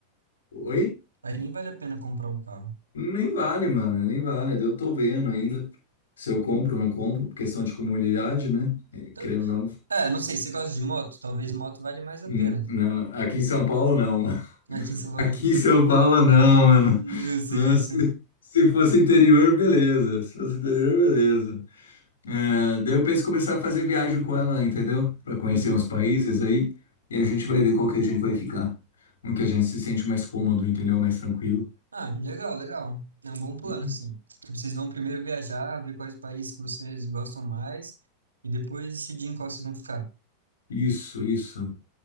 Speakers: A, on the left; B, on the right.
A: Oi?
B: Aí nem vale a pena comprar um carro.
A: Nem vale, mano, nem vale. Eu tô vendo ainda se eu compro ou não compro, por questão de comodidade, né? Eh, Querendo
B: Então,
A: ou não.
B: é, não sei, você gosta de moto? Talvez moto vale mais
A: hum,
B: a pena.
A: Não, aqui em São Paulo não, mano.
B: Aqui em São
A: <laughs>
B: Paulo,
A: Aqui em São Paulo não, mano.
B: Justo,
A: Nossa,
B: justo.
A: se se fosse interior, beleza. Se fosse interior, beleza. É, daí eu penso em começar a fazer viagem com ela, entendeu? Pra conhecer
B: Uhum.
A: uns países aí. E a gente vai ver qual que a gente vai ficar. Um que a gente se sente mais cômodo, entendeu? Mais tranquilo.
B: Ah, legal, legal. É um bom plano,
A: Uhum.
B: assim. Tipo, Vocês vão primeiro viajar, ver quais países que vocês gostam mais e depois decidir em qual vocês vão ficar.
A: Isso, isso.